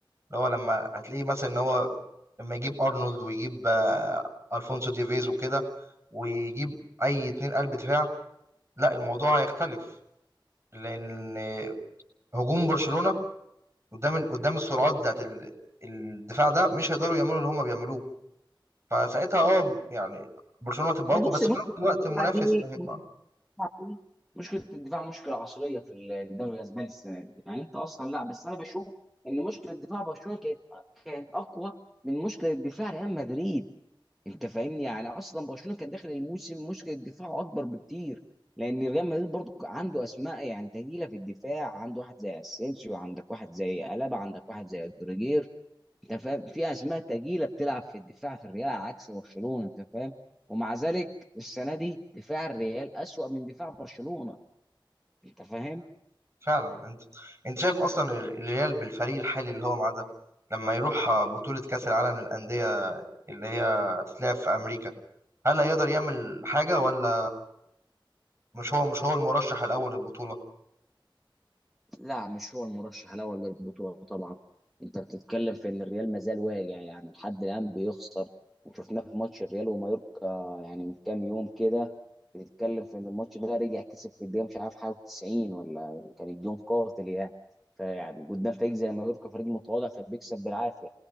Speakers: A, on the right; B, in the centre.
A: اللي هو لما هتلاقيه مثلا ان هو لما يجيب ارنولد ويجيب آه، الفونسو ديفيز وكده ويجيب اي اتنين قلب دفاع لا الموضوع هيختلف لان هجوم برشلونة قدام ال- قدام السرعات بتاعت ال- الدفاع ده مش هيقدروا يعملوا اللي هما بيعملوه فساعتها اه يعني برشلونة هتبقى
B: بص
A: اقوى بس
B: الماتش
A: في نفس الوقت المنافس
B: دي
A: هيبقى
B: دي مشكله الدفاع مشكله عصريه في الدوري الاسباني السنه دي يعني انت اصلا لا بس انا بشوف ان مشكله دفاع برشلونه كانت كانت اقوى من مشكله دفاع ريال مدريد انت فاهمني يعني اصلا برشلونه كان داخل الموسم مشكله دفاعه اكبر بكتير لان ريال مدريد برضو عنده اسماء يعني تقيله في الدفاع عنده واحد زي اسينسيو عندك واحد زي الابا عندك واحد زي رودريجير انت فاهم في اسماء تقيله بتلعب في الدفاع في الريال على عكس برشلونه انت فاهم ومع ذلك السنه دي دفاع الريال اسوأ من دفاع برشلونه انت فاهم
A: فعلا انت انت شايف اصلا ال- الريال بالفريق الحالي اللي هو معاه ده لما يروح بطولة كأس العالم للأندية اللي هي هتتلعب في أمريكا هل هيقدر يعمل حاجة ولا مش هو مش هو المرشح الأول للبطولة
B: لا مش هو المرشح الاول للبطوله طبعا انت بتتكلم في ان الريال ما زال واجع يعني لحد الان بيخسر وشفناه في ماتش الريال ومايوركا يعني من كام يوم كده بتتكلم في ان الماتش ده رجع كسب في الدقيقه مش عارف حاجه 90 ولا كان الجون قاتل يعني فيعني قدام فريق زي مايوركا فريق متواضع فبيكسب بالعافيه